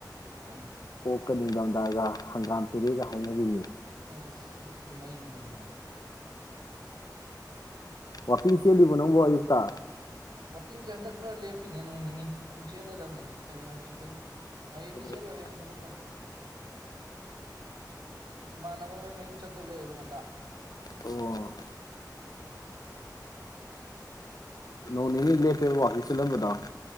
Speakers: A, on the right (about 85°); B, on the left (about 60°).
A: ꯃꯥꯅꯦ
B: ꯀ ꯅꯤꯡꯊꯝꯊꯒ ꯍꯪꯒꯥꯝ ꯊꯦꯔꯦꯒ ꯍꯥꯏꯅꯔꯤꯅꯤ
A: ꯑꯦ ꯑꯦꯁ ꯑꯗꯨꯗꯤ ꯃꯩꯅꯤ ꯀꯩꯅꯣꯅꯦ
B: ꯋꯥꯋꯥꯛꯀꯤꯡ ꯆꯦꯜꯂꯤꯕ ꯅꯪꯕꯣ ꯑꯌꯨꯛꯇ
A: ꯋꯥꯋꯥꯛꯀꯤꯡꯁꯦ ꯍꯟꯗꯛ ꯈꯔ ꯂꯦꯞꯄꯤꯅꯦ ꯅꯣꯡ ꯅꯤꯅꯤ ꯑꯃꯨꯛ ꯆꯦꯜꯂꯗꯕꯅꯦ ꯍꯌꯦꯡ ꯍꯪꯆꯤꯠꯇꯒꯤ ꯍꯌꯦꯡꯗꯤ
B: ꯀꯩꯗꯧꯔꯦ
A: ꯆꯦꯜꯂꯣꯏ ꯍꯌꯦꯡ ꯊꯕꯛ ꯂꯩ ꯏꯃꯥꯟꯅꯕꯃꯩ ꯃꯌꯨꯝ ꯆꯠꯇꯧꯂꯛꯑꯦꯕ ꯉꯟꯇꯥ
B: ꯑꯣ ꯍꯅꯤ ꯂꯦꯞꯄꯦꯋꯥꯍꯤ ꯁ ꯂꯪꯕꯗ